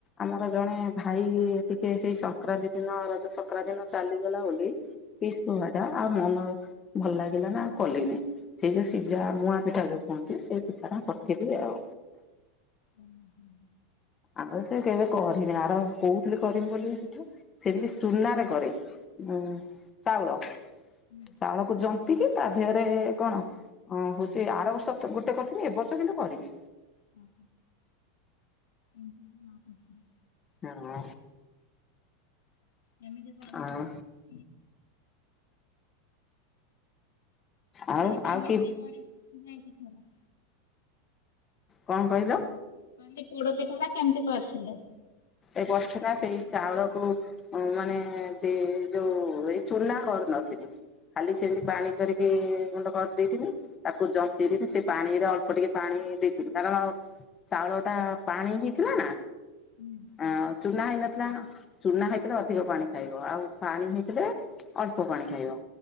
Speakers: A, on the left (about 25°); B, on the left (about 85°).
A: ଆମର ଜଣେ ଭାଇ ଟିକେ ସେଇ ସଂକ୍ରାନ୍ତି ଦିନ ରଜ ସଂକ୍ରାନ୍ତି ଦିନ ଚାଲିଗଲା ବୋଲି ବିଷ୍ଣୁ ଭାଇଟା ଆଉ ମନ ଭଲ ଲାଗିଲାନା ଆଉ କଲିନି। ସେଇ ଯୋଉ ସିଜା ମୁୂଆଁ ପିଠା ଯୋଉ କୁହନ୍ତି ସେଇ ପିଠା ଟା କରଥିଲି ଆଉ।
B: ଓ ହଁ।
A: ଆମ ସେ କେବେ କରିନି ଆର କହୁଥିଲି କରିମି ବୋଲି ପିଠା ସେମିତି ସୁନାରେ କରେ। <unintelligible> ଚାଉଳ
B: କେମିତି
A: ଚାଉଳ କୁ ଜନ୍ତିକି ତା ଦେହରେ କଣ ଅ, ହଉଛି ଆର ବର୍ଷ କେ-ଗୋଟେ କରିଥିଲି। ଏ ବର୍ଷ କିନ୍ତୁ କରିନି।
B: ହଁ, ହଁ <inaudible>
A: ହଁ।
B: କେମିତି କରିଥିଲେ?
A: ଆଉ ଆଉ
B: ତୋମେ କେମିତି
A: ଆଉ କି
B: କରି ଯାଇକି ଖର?
A: କଣ କହିଲ?
B: କହିଲି ପୋଡ ପିଠା ଟା କେମିତି କରିଥିଲେ?
A: ଏ କରଥିଲା ସେଇ ଚାଉଳକୁ ଅଁ, ମାନେ ଦେ-ଯୋଉ ଏଇ ଚୁନା କରିନଥି ନି, ଖାଲି ସେମିତି ପାଣି କରିକି ଗୁଣ୍ଡ କରି ଦେଇଥିନି। ତାକୁ ଜନ୍ତିଥିନି ସେ ପାଣିରେ ଅଳ୍ପ ଟିକେ ପାଣି ଦେଇଥିନି, କାରଣ ଚାଉଳ ଟା ପାଣି ହେଇଥିଲା ନା,
B: ହୁଁ
A: ଆଉ ଚୁନା ହେଇନଥିଲା। ଚୁନା ହେଇଥିଲେ ଅଧିକ ପାଣି ଖାଇବ। ଆଉ ପାଣି ହେଇଥିଲେ ଅଳ୍ପ ପାଣି ଖାଇବ।